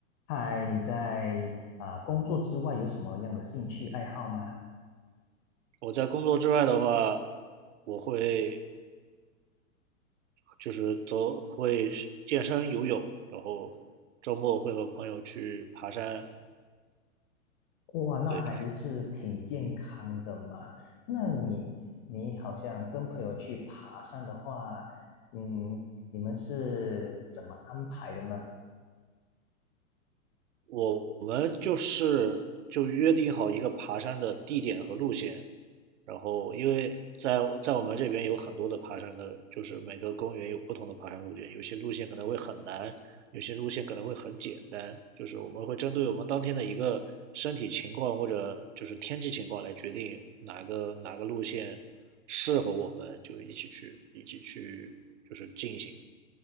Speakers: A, on the left; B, on the right.
A: 嗨，你在啊、工作之外有什么样的兴趣爱好吗？
B: 我在工作之外的话，我会就是走，会健身、游泳，然后周末会和朋友去爬山。
A: 哇，那还是挺健康的嘛。
B: 对，
A: 那你你好像跟朋友去爬山的话，嗯，你们是怎么安排的呢？
B: 我们就是就约定好一个爬山的地点和路线，然后因为在在我们这边有很多的爬山的，就是每个公园有不同的爬山路线，有些路线可能会很难，有些路线可能会很简单，就是我们会针对我们当天的一个身体情况或者就是天气情况来决定哪个哪个路线适合我们，就一起去一起去就是进行。